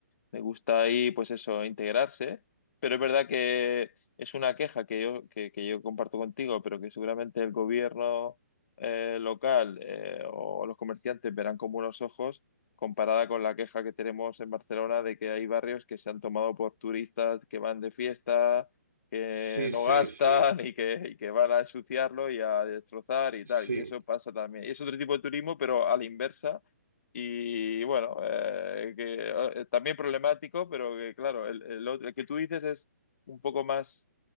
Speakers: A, on the left; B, on the right.
A: me gusta ahí, pues eso, integrarse, pero es verdad que es una queja que yo, que, que yo comparto contigo, pero que seguramente el gobierno eh, local eh, o los comerciantes verán con buenos ojos comparada con la queja que tenemos en Barcelona de que hay barrios que se han tomado por turistas que van de fiesta, que
B: Sí,
A: no
B: sí,
A: gastan
B: sí,
A: y que, y que van a ensuciarlo y a destrozar y
B: sí.
A: tal. Y eso pasa también. Es otro tipo de turismo, pero a la inversa y bueno, eh, que, eh, también problemático, pero que claro, el, el otro- el que tú dices es un poco más,